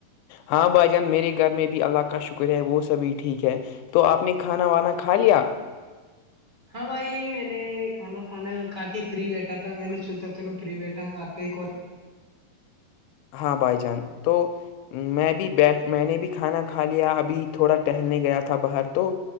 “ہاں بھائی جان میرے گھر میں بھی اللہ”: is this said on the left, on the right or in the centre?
Left